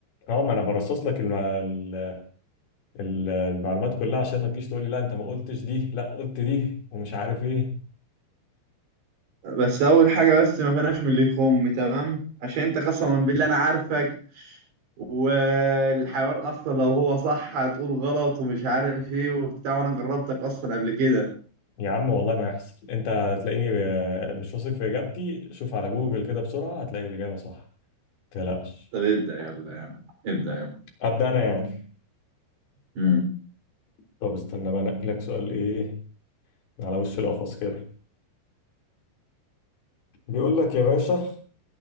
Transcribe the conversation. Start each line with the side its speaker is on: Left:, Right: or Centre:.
Left: اه ما انا برصص لك الم... ال- ال- المعلومات كلها عشان ما تجيش تقول لي لا انت ما قلتش دي لا قلت دي ومش عارف ايه
Right: بس اول حاجة بس ما فيناش من اللي يخم تمام عشان انت قسما بالله انا عارفك والحيوان اصلا لو هو صح هتقول غلط ومش عارف ايه وبتاع وانا جربتك اصلا قبل كده
Left: يا عم والله ما يحصل انت هتلاقيني آه، مش واثق في اجابتي شوف على جوجل كده بسرعة هتلاقي الاجابة صح ما تقلقش
Right: طب ابدأ يلا يا عم ابدأ يلا
Left: ابدا انا يعني
Right: مم.
Left: طب استنى بقى انقي لك سؤال ايه على وش القفص كده بيقول لك يا باشا